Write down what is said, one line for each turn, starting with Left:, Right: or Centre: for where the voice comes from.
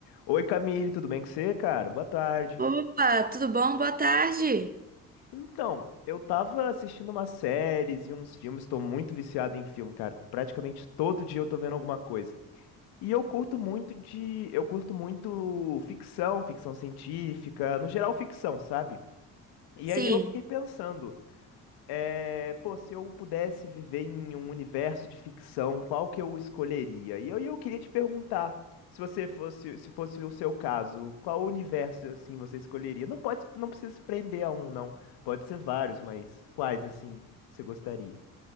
Left: Oi Camille, tudo bem com você, cara? Boa tarde.
Right: Opa, tudo bom? Boa tarde.
Left: Então, eu tava assistindo umas séries e uns filmes, tô muito viciado em filme, cara. Praticamente todo dia eu tô vendo alguma coisa. E eu curto muito de, eu curto muito ficção, ficção científica, no geral ficção, sabe? E
Right: Sim,
Left: aí eu fiquei pensando, É, pô, se eu pudesse viver em um universo de ficção, qual que eu escolheria? E eu, e eu queria te perguntar, se você fosse, se fosse o seu caso, qual universo assim você escolheria? Não pode, não precisa se prender a um, não. Pode ser vários, mas quais assim você gostaria?